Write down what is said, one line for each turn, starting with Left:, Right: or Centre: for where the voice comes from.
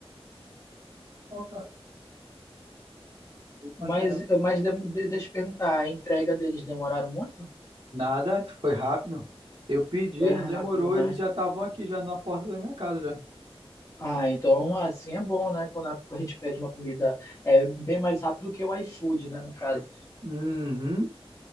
Right: Bom, cara, bom
Left: Mas,
Right: pra caramba.
Left: mas de- de- deixa eu te perguntar, a entrega deles demoraram muito?
Right: Nada, isso foi rápido. Eu pedi,
Left: Foi
Right: não
Left: rápido,
Right: demorou,
Left: né?
Right: eles já estavam aqui, já na porta da minha casa, já.
Left: Ah, então assim é bom, né? Quando a a gente pede uma comida é bem mais rápido que o iFood, né? No caso.
Right: Uhum.